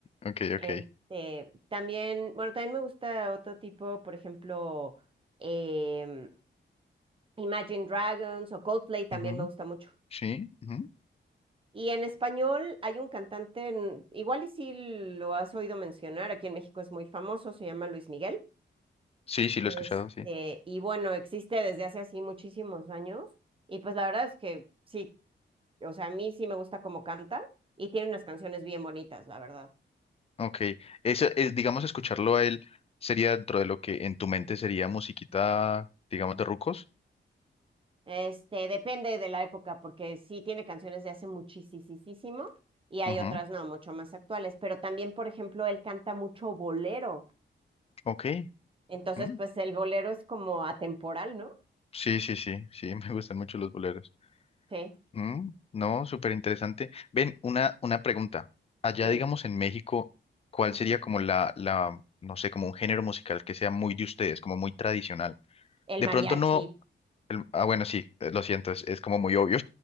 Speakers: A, on the left; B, on the right.
A: ok,
B: Este,
A: ok.
B: también, bueno, también me gusta otro tipo, por ejemplo, em, Imagine Dragons o Coldplay también
A: ujú,
B: me gusta mucho.
A: Sí, ujú.
B: Y en español hay un cantante, en- igual y si lo has oído mencionar, aquí en México es muy famoso, se llama Luis Miguel.
A: Sí, sí,
B: Este,
A: lo he escuchado, sí.
B: y bueno, existe desde hace así muchísimos años. Y pues la verdad es que sí, o sea, a mí sí me gusta cómo canta y tiene unas canciones bien bonitas, la verdad.
A: Ok, eso es, digamos, escucharlo a él sería dentro de lo que en tu mente sería musiquita, digamos, de rucos.
B: Este, depende de la época, porque sí tiene canciones de hace muchísimo y hay
A: Ujú,
B: otras no, mucho más actuales. Pero también, por ejemplo, él canta mucho bolero.
A: Ok,
B: Entonces,
A: mm,
B: pues el bolero es como atemporal, ¿no?
A: Sí, sí, sí, sí, <laughs> me gustan mucho los boleros.
B: Sí.
A: Mm, No, súper interesante. Ven, una, una pregunta. Allá,
B: Dime.
A: digamos, en México, ¿cuál
B: Ujú.
A: sería como la, la, no sé, como un género musical que sea muy de ustedes, como muy tradicional?
B: El
A: De
B: mariachi.
A: pronto no Ah, bueno, sí, eh, lo siento, es, es como muy obvio.